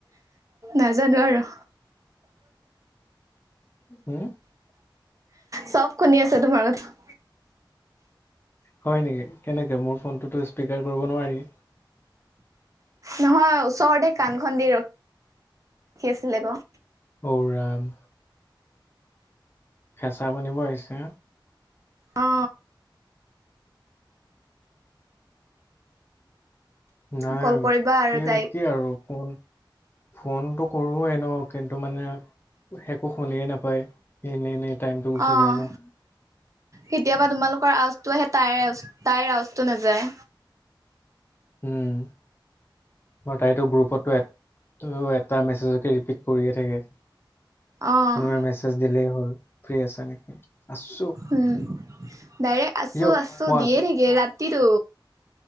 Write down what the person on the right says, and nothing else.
নাজানো আৰু
চব শুনি আছে তোমাৰ কথা
নহয় ওচৰতে কাণ খন দি ৰখি আছিলে ক।
অ
কল কৰিবা আৰু
তাইক।
অ',
কেতিয়াবা তোমালোকৰ আৱাজটো আহে তাইৰ আ তাইৰ আৱাজটো নাযায়
অ',
উম, ডাইৰেক্ট আছো
দিয়ে
থাকে ৰাতিটো।